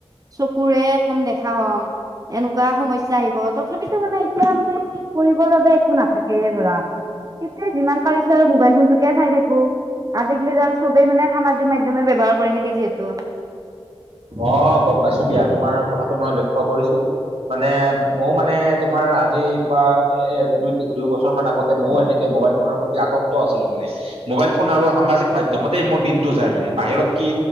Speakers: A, on the right; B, on the right.
A: চকুৰে কম দেখা হ'ম। এনেকুৱা সমস্যা আহিব, তথাপিতো মানে এতিয়া মানে কি কৰিবৰ বাবে একো নাথাকেইে ধৰা। তেতিয়া যিমান পাৰিছো আৰু মোবাইল ফোনতোকে চাই থাকো, আজিকালি যে চবেই মানে সামাজিক মাধ্যমে ব্যৱহাৰ কৰি থাকে যিহেতু।
B: অ', গম পাইছো দিয়া, তোমাৰ কথাটো মই লক্ষ্য কৰিছো। মানে ময় মানে তোমাৰ আজি পৰা, এ দুই দুই বছৰ মান আগতে ময়ো এনেকে মোবাইল ফোনৰ প্ৰতি আকক্ত আছিলো মানে। মোবাইল ফোন আৰু সামাজিক মাধ্যমতেই মোৰ দিনটো যায় মানে, বাহিৰত কি